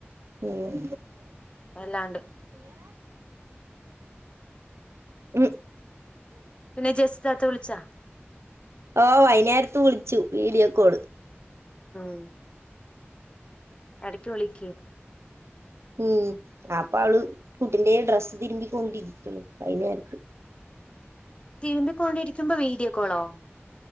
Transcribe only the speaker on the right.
ഉം
ഉം
ഓ വൈകുന്നേരത്ത് വിളിച്ചു വീഡിയോ കോള്
ഉം ആപ്പ ആള് കുട്ടിന്റെ ഡ്രസ്സ് തിരുമ്പിക്കൊണ്ടിരിക്കണ് അതിനരക്ക്